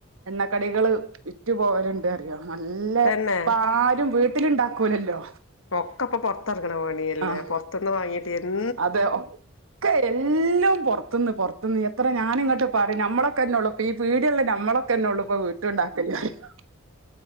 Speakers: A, on the right; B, on the left.
A: എണ്ണക്കടികള് വിറ്റു പോവല്ണ്ട് അറിയോ നല്ല
B: തന്നെ
A: ഇപ്പ ആരും വീട്ടിലുണ്ടാക്കൂലല്ലോ
B: ഒക്കപ്പൊ പൊറത്തറങ്ങ്ണ പണ്യല്ലേ
A: ആഹ്
B: പൊറത്ത്ന്ന് വാങ്ങീട്ട് എന്
A: അതെ ഒക്കെ എല്ലും പൊർത്ത്ന്ന് പൊർത്ത്ന്ന് എത്ര ഞാനിങ്ങട്ട് പറിം നമ്മളൊക്കെന്നെ ഉള്ളൂ ഇപ്പ ഈ പീട്യള്ളെ നമ്മളെ ക്കെന്നെ ഉള്ളൂപ്പോ വീട്ടൂണ്ടാക്കല് അറിയും.